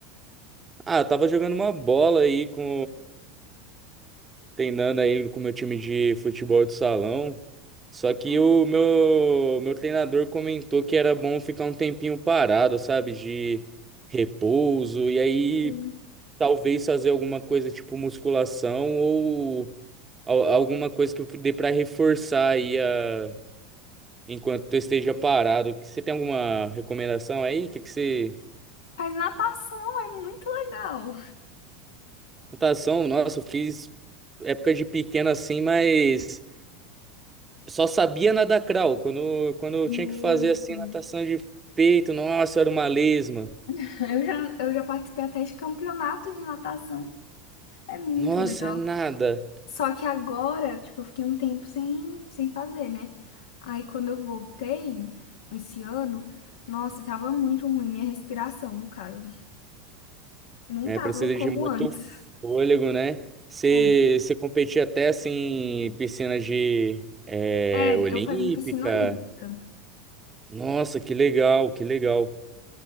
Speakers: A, on the right; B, on the left.
A: Ah, eu tava jogando uma bola aí com treinando aí com o meu time de futebol de salão. Só que
B: Ah,
A: o meu meu treinador comentou que era bom ficar um tempinho parado, sabe, de repouso. E aí
B: sim.
A: talvez fazer alguma coisa tipo musculação ou al- alguma coisa que eu dê pra reforçar aí a... enquanto eu esteja parado. Que- Você tem alguma recomendação aí? Que que você...
B: Faz natação, é muito legal.
A: Natação, nossa, eu fiz época de pequeno assim, mas só sabia nadar crawl. Quando, quando eu
B: Meu
A: tinha que fazer assim
B: Deus.
A: natação de peito, nossa, era uma lesma.
B: <laughs> Eu já, eu já participei até de campeonato de natação. É muito
A: Nossa,
B: legal.
A: é nada.
B: Só que agora, tipo, eu fiquei um tempo sem, sem fazer, né? Aí quando eu voltei esse ano, nossa, tava muito ruim minha respiração, no caso. Não
A: É,
B: tava
A: precisa
B: como
A: de muito
B: antes.
A: fôlego, né? Você
B: É,
A: você competia até assim em piscina de é,
B: É,
A: olímpica.
B: eu fazia em piscina olímpica.
A: Nossa, que legal, que legal.